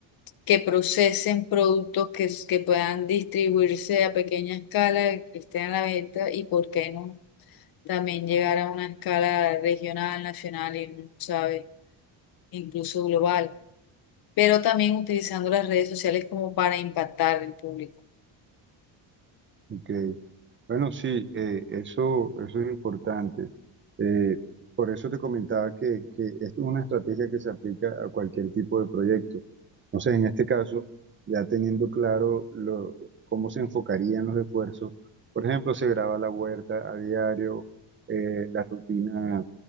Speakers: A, on the left; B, on the right.
A: que procesen productos que, s- que puedan distribuirse a pequeña escala, que estén a la venta y por qué no también llegar a una escala regional, nacional y uno sabe, incluso global, pero también utilizando las redes sociales como para impactar al público.
B: Ok. Bueno, sí, eh, eso, eso es importante. Eh, por eso te comentaba que, que esto es una estrategia que se aplica a cualquier tipo de proyecto. Entonces en este caso, ya teniendo claro lo- cómo se enfocarían los esfuerzos, por ejemplo, se graba la huerta a diario, eh, la rutina,